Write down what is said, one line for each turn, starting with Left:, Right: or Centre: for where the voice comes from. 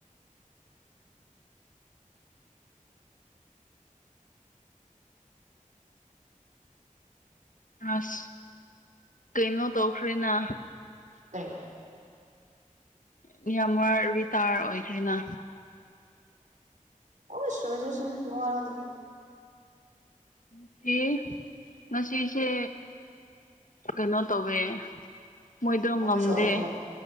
Left: ꯑꯁ ꯀꯩꯅꯣ ꯇꯧꯈ꯭ꯔꯦꯅ
Right: ꯀꯩ
Left: ꯎꯝ ꯌꯥꯝꯃ ꯔꯤꯇꯥꯌꯔ ꯑꯣꯏꯈ꯭ꯔꯦꯅ
Right: ꯑꯣꯏꯖꯁ ꯃꯨ ꯋꯥꯔꯗ
Left: ꯃꯁꯤꯁꯤ ꯃꯁꯤꯁꯤꯁꯦ ꯀꯩꯅꯣ ꯇꯧꯋꯦ ꯃꯣꯏꯗꯣ
Right: ꯊꯃꯣꯏ
Left: ꯉꯝꯗꯦ
Right: ꯁꯣꯛꯑꯕꯣ